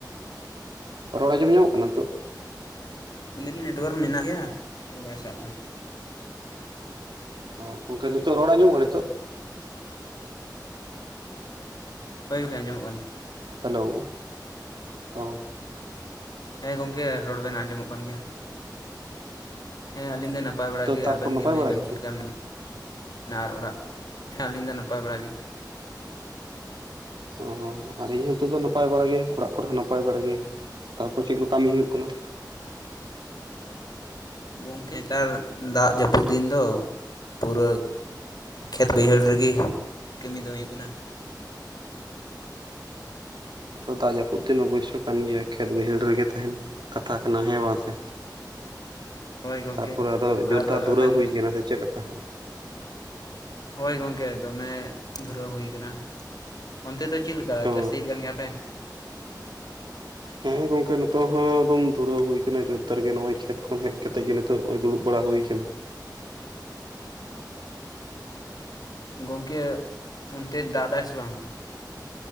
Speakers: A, on the right; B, on the left.
A: ᱨᱚᱲ ᱟᱸᱡᱚᱢ ᱧᱟᱢᱚᱜ ᱠᱟᱱᱟ ᱱᱤᱛᱚᱜ?
B: ᱢᱮᱱ ᱫᱟᱞᱤᱧ ᱱᱮᱴᱳᱣᱟᱨᱠ ᱢᱮᱱᱟᱜ ᱜᱮᱭᱟ ᱵᱟᱭ ᱥᱟᱵ ᱫᱟ ᱾
A: ᱦᱚᱸ ᱜᱚᱝᱠᱮ ᱱᱤᱛᱚᱜ ᱨᱚᱲ ᱟᱸᱡᱚᱢᱚᱜ ᱠᱟᱱᱟ ᱱᱤᱛᱚᱜ?
B: ᱦᱳᱭ ᱜᱚᱝᱠᱮ ᱟᱸᱡᱚᱢᱚᱜ ᱠᱟᱱᱟ ᱾
A: ᱦᱮᱞᱳᱣ <unintelligible> ᱾
B: ᱦᱮᱸ ᱜᱚᱝᱠᱮ ᱨᱚᱲ ᱵᱮᱱ ᱟᱸᱡᱚᱢᱚᱜ ᱠᱟᱱ ᱜᱮᱭᱟ ᱾ ᱦᱮᱸ ᱟᱹᱞᱤᱧ ᱫᱚ ᱱᱟᱯᱟᱭ ᱵᱟᱲᱟ
A: ᱛᱚ
B: ᱜᱮ,
A: ᱛᱟᱨᱯᱚᱨ
B: ᱟᱵᱮᱱ
A: ᱱᱟᱯᱟᱭ
B: ᱜᱮ ᱞᱟᱹᱭ
A: ᱵᱟᱲᱟ
B: ᱵᱮᱱ
A: ᱜᱮᱛᱚ?
B: ᱪᱮᱫ ᱞᱮᱠᱟ ᱢᱮᱱᱟᱜ ᱟᱨ ᱚᱲᱟᱜ ᱠᱩ ᱦᱮᱸ ᱟᱹᱞᱤᱧ ᱫᱚ ᱱᱟᱯᱟᱭ ᱵᱟᱲᱟ ᱜᱮ ᱾
A: ᱚ, ᱟᱨ ᱤᱧ ᱦᱚᱸ ᱱᱤᱛᱚᱜ ᱫᱚ ᱱᱟᱯᱟᱭ ᱵᱟᱲᱟ ᱜᱮ ᱚᱲᱟᱜ ᱠᱚᱨᱮ ᱦᱚᱸ ᱱᱟᱯᱟᱭ ᱵᱟᱲᱟ ᱜᱮ ᱾ ᱛᱟᱨᱯᱚᱨ ᱪᱮᱫ ᱠᱚ ᱠᱟᱹᱢᱤ ᱦᱩᱭᱩᱜ ᱠᱟᱱᱟ?
B: ᱜᱚᱝᱠᱮ ᱱᱮᱛᱟᱨ ᱫᱟᱜ ᱡᱟᱹᱯᱩᱫ ᱫᱤᱱ ᱫᱚ ᱯᱩᱨᱟᱹ ᱠᱷᱮᱛ ᱵᱟᱹᱭᱦᱟᱹᱲ ᱨᱮᱜᱮ ᱠᱟᱹᱢᱤ ᱫᱚ ᱦᱩᱭᱩᱜ ᱠᱟᱱᱟ ᱾
A: ᱦᱩᱸ ᱫᱟᱜ ᱡᱟᱯᱩᱫ ᱫᱤᱱ ᱚᱵᱚᱥᱥᱚᱭ ᱠᱟᱱ ᱜᱮᱭᱟ ᱠᱷᱮᱛ ᱵᱟᱹᱭᱦᱟᱹᱲ ᱨᱮᱜᱮ ᱛᱟᱦᱮᱱ ᱠᱟᱛᱷᱟ ᱠᱟᱱᱟ ᱦᱮ ᱵᱟᱝ ᱥᱮ?
B: ᱦᱳᱭ ᱜᱚᱝᱠᱮ
A: ᱛᱟᱨᱯᱚᱨᱮ ᱟᱫᱚ ᱡᱳᱨᱫᱟᱨ
B: ᱟᱨ
A: ᱫᱷᱩᱨᱟᱹᱣ
B: ᱟᱵᱮᱱ
A: ᱦᱩᱭ ᱟᱠᱟᱱᱟ ᱥᱮ ᱪᱮᱫ ᱞᱮᱠᱟ?
B: ᱦᱳᱭ ᱜᱚᱢᱠᱮ ᱫᱚᱢᱮ ᱫᱷᱩᱨᱟᱹᱣ ᱦᱩᱭ ᱠᱟᱱᱟ ᱚᱱᱛᱮ ᱫᱚ ᱪᱮᱫ ᱞᱮᱠᱟ
A: ᱚ
B: ᱪᱟᱹᱥᱤᱭᱮᱜ ᱠᱟᱱ ᱜᱮᱭᱟ ᱯᱮ?
A: ᱦᱮᱸ ᱜᱚᱝᱠᱮ ᱱᱤᱛᱚᱜ ᱦᱚᱸ ᱮᱠᱫᱚᱢ ᱫᱷᱩᱨᱟᱹᱣ ᱦᱩᱭ ᱟᱠᱟᱱᱟ ᱡᱳᱨᱫᱟᱨ ᱜᱮ ᱱᱚᱜ-ᱚᱭ ᱠᱷᱮᱛ ᱠᱷᱚᱱ ᱦᱮᱡ ᱠᱟᱛᱮᱜ ᱜᱮ ᱱᱤᱛᱳᱜ ᱱᱚᱜ-ᱚᱭ ᱫᱩᱲᱩᱵ ᱵᱟᱲᱟ ᱦᱩᱭ ᱟᱠᱟᱱᱟ ᱾
B: ᱜᱚᱢᱠᱮ ᱚᱱᱛᱮ ᱫᱟᱜ ᱮᱫᱟᱭ ᱥᱮ ᱵᱟᱝ?